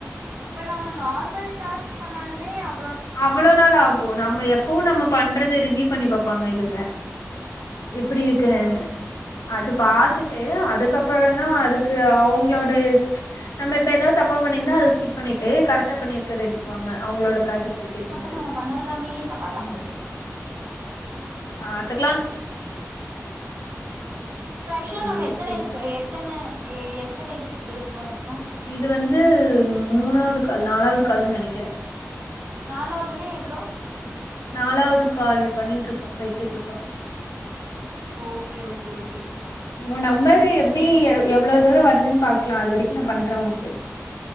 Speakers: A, on the right; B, on the left.
A: அப்ப நான் நார்மல் டாஸ்க் பண்ணாலுமே அவ
B: அவ்ளோ நாள் ஆகும் நம்ம எப எப்பவும் நம்ம பண்றத ரிவ்யூ பண்ணி பார்ப்பாங்க இவங்க எப்படி இருக்குன்னு
A: ஓகே ஓகே
B: அது பார்த்துட்டு
A: ம்
B: அதுக்கப்புறம் அப்புறம் தான் அதுக்கு அவங்களோட நம்ம இப்ப ஏதாவது தப்பா பண்ணியிருந்தா அது ஸ்கிப் பண்ணிட்டு கரெக்டா பண்ணிருக்கறத எடுத்துக்குவாங்க அவங்களோட ப்ராஜெக்டுக்கு ஏத்த
A: அப்ப
B: மாரி
A: நாம பண்ணதெல்லாமே தப்பாதான் பண்ணிரு
B: ஆஹ் அதுக்கெலாம்
A: உம் இப்ப ஆக்சுவலா
B: சேரி
A: நம்ம எத்தனை
B: சேரி
A: இது எத்தனை எத்தனை இது இது பண்ணியிபண்ணிருக்கோம்
B: இது வந்து மூணாவது கால் நாலாவது கால்னு நினைக்கிறேன்
A: நாலாவதுனா எவ்ளோ
B: நாலாவது கால் பண்ணிட்டு இருக்கோம் பேசிட்டு இருக்கோம்
A: ஓகே ஓகே ஓகே
B: உங்க நம்பர் எப்படி எவ்வளவு தூரம் வருதுன்னு பாக்கலாம் அது வரைக்கும் நான் பண்றேன் உனக்கு